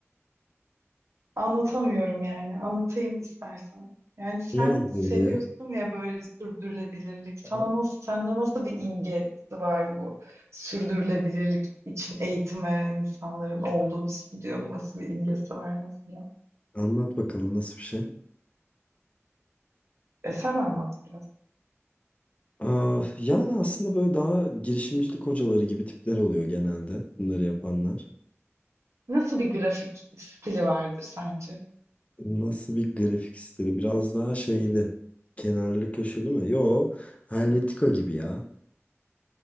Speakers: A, on the right; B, on the left.
A: Anlatamıyorum yani. Anlatayım istersen. Yani sen
B: Niye öyledir
A: seviyorsun
B: diye.
A: ya böyle sürdürülebilirlik. Sana
B: Aha.
A: nasıl, sende nasıl bir imgesi var bu sürdürülebilirlik için eğitim veren insanların olduğu bir stüdyonun nasıl bir imgesi var mesela?
B: Anlat bakalım nasıl bir şey?
A: E sen anlat biraz.
B: Aa, yani aslında böyle daha girişimcilik hocaları gibi tipler oluyor genelde bunları yapanlar.
A: Nasıl bir grafik stili vardır sence?
B: Nasıl bir grafik stili? Biraz daha şeyli. Kenarlı köşeli mi? Yo, Helvetica gibi ya.